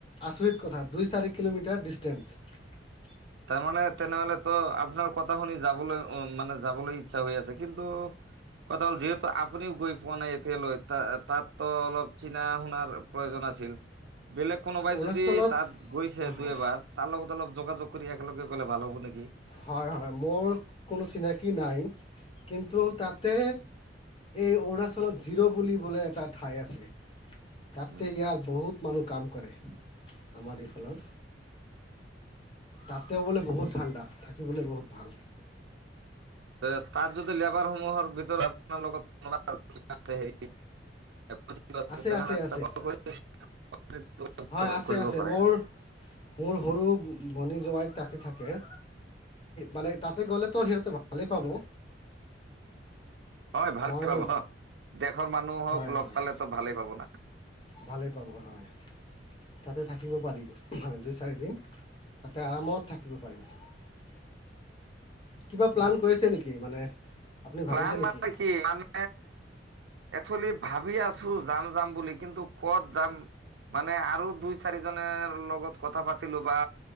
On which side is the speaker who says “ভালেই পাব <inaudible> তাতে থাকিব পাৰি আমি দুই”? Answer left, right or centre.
Left